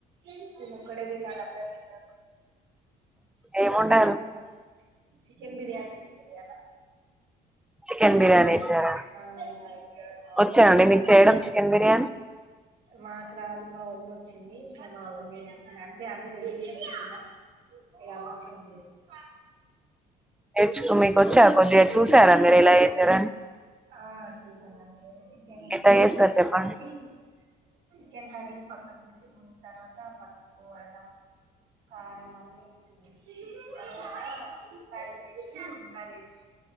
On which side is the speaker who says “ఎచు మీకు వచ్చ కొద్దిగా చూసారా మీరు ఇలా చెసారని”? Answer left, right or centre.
Centre